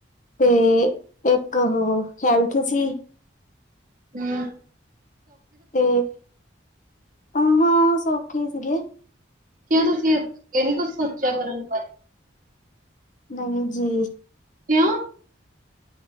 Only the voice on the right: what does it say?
ਹਮ
ਕਿਉਂ ਤੁਸੀਂ ਇਹ ਨੀ ਕੁੱਝ ਸੋਚਿਆ ਕਰਨ ਬਾਰੇ
ਕਿਉਂ